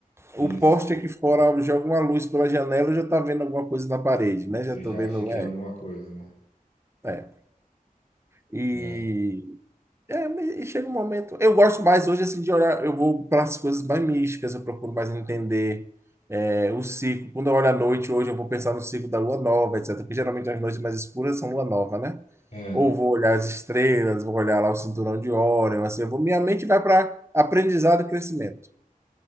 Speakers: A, on the left; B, on the right.
A: Isso.
B: O poste aqui fora joga uma luz pela janela, eu já tá vendo alguma coisa na parede, né? Já
A: Você
B: tô
A: já
B: vendo.
A: acha que
B: É,
A: é alguma coisa, né?
B: é. E
A: É.
B: É, mas- e chega um momento. Eu gosto mais hoje assim de olhar. Eu vou para as coisas mais místicas, eu procuro mais entender é, o ciclo. Quando eu olho à noite, hoje eu vou pensar no ciclo da lua nova, etc. Porque geralmente as noites mais escuras são lua nova, né?
A: É.
B: Ou vou olhar as estrelas, vou olhar lá o cinturão de Órion, assim, eu vou, minha mente vai para aprendizado e crescimento.